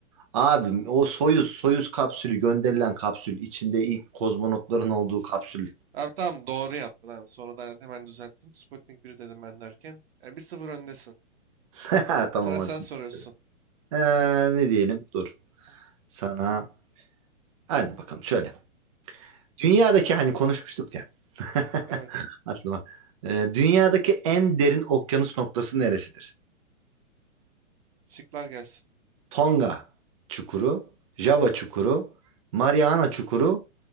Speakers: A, on the right; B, on the right.
A: abim o Soyuz Soyuz kapsülü gönderilen kapsül içinde ilk kozmonotların olduğu kapsül.
B: Abi tamam doğru yaptın abi. Sonradan hemen düzelttin. Sputnik 1 dedim ben derken. Yani bir sıfır öndesin.
A: <laughs> Tamam
B: Sıra
A: hadi.
B: sen soruyorsun.
A: Ee, ne diyelim? Dur. Sana hadi bakalım şöyle. Dünyadaki hani konuşmuştuk ya. <laughs>
B: Evet.
A: Aklıma. Ee, dünyadaki en derin okyanus noktası neresidir?
B: Şıklar gelsin.
A: Tonga çukuru, Java çukuru, Mariana çukuru,